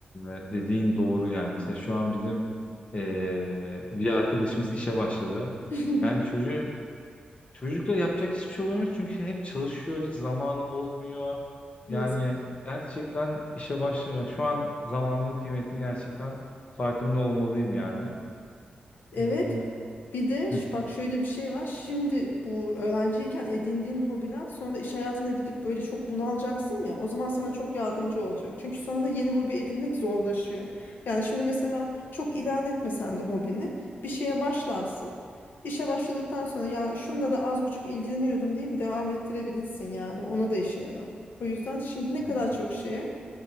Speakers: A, on the left; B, on the left.
A: e, dediğin doğru yani. Mesela şu an bizim e, bir arkadaşımız işe başladı.
B: <laughs>
A: Yani çocuğun çocukla yapacak hiçbir şey olmuyor çünkü hep çalışıyor, hiç zamanı olmuyor.
B: Yazık.
A: Yani gerçekten işe başlıyor. Şu an zamanımın kıymetini gerçekten farkında olmalıyım yani.
B: Evet
A: E,
B: Bir de şu-
A: hı.
B: bak şöyle bir şey var. Şimdi bu öğrenciyken edindiğin hobiler sonra iş hayatına gidip böyle çok bunalacaksın ya. O zaman sana çok yardımcı olacak. Çünkü sonra yeni hobi edinmek zorlaşıyor. Yani şimdi mesela çok ilerletmesen de hobini bir şeye başlarsın. İşe başladıktan sonra ya şunla da az buçuk ilgileniyordum deyip devam ettirebilirsin yani. Ona da işe yarar. O yüzden şimdi ne
A: Hmm.
B: kadar çok şeye.